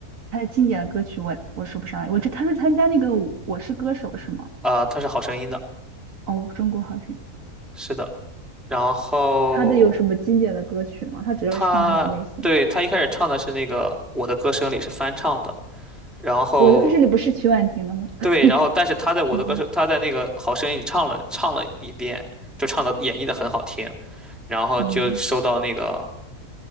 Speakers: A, on the right; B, in the centre.
A: 他的经典的歌曲我我说不上来。我这他说参加那个《我是歌手》是吗？
B: 啊、他是《好声音》的，
A: 哦，《中国好声音》，
B: 是的。然后
A: 他的有什么经典的歌曲吗？他主要唱那种类型。
B: 他对他一开始唱的是那个《我的歌声》里是翻唱的，然后
A: 我的歌声里不是曲婉婷的吗？<laughs>
B: 对，然后但是他在我的歌声，
A: 嗯
B: 他在那个好声音里唱了唱了一遍，就唱的演绎的很好听，然后就收到那个
A: 嗯